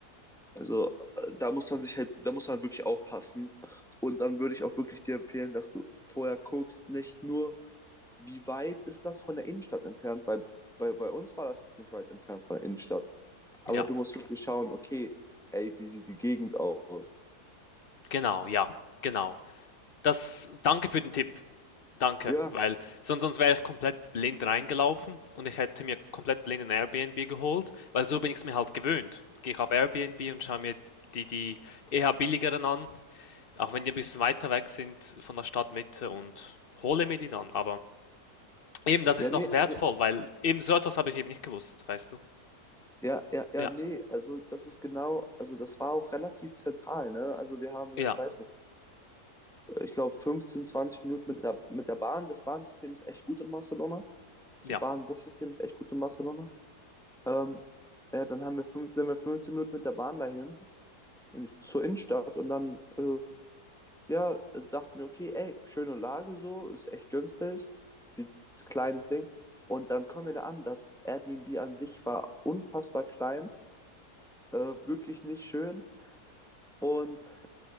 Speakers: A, in the centre; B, on the left.
A: Also äh, da muss man sich halt, da muss man wirklich aufpassen. Und dann würde ich auch wirklich dir empfehlen, dass du vorher guckst, nicht nur, wie weit ist das von der Innenstadt entfernt, weil bei, bei uns war das jetzt nicht weit entfernt von der Innenstadt. Aber
B: ja,
A: du musst wirklich schauen, okay, ey, wie sieht die Gegend aus?
B: genau, ja, genau. Das, danke für den Tipp. Danke,
A: Ja,
B: weil sonst, sonst wäre ich komplett blind reingelaufen und ich hätte mir komplett blind ein Airbnb geholt, weil so bin ich es mir halt gewöhnt. Gehe ich auf Airbnb und schaue mir die, die eher billigeren an, auch wenn die ein bisschen weiter weg sind von der Stadtmitte und hole mir die dann. Aber eben, das
A: ja,
B: ist noch
A: nee,
B: wertvoll,
A: also
B: weil eben so etwas habe ich eben nicht gewusst, weißt du?
A: Ja, ja, ja,
B: Ja,
A: nee, also das ist genau, also das war auch relativ zentral, ne? Also wir haben jetzt,
B: ja,
A: weiß nicht, ich glaube 15, 20 Minuten mit der, mit der Bahn. Das Bahnsystem ist echt gut in Barcelona. So
B: ja.
A: Bahn-Bus-System ist echt gut in Barcelona. Ähm, ja, dann haben wir fünf, sind wir 15 Minuten mit der Bahn dahin, in, zur Innenstadt und dann, äh, ja, also dachten wir, okay, ey, schöne Lage so, ist echt günstig, sieht ist kleines Ding. Und dann kommen wir da an, das Airbnb an sich war unfassbar klein, äh, wirklich nicht schön. Und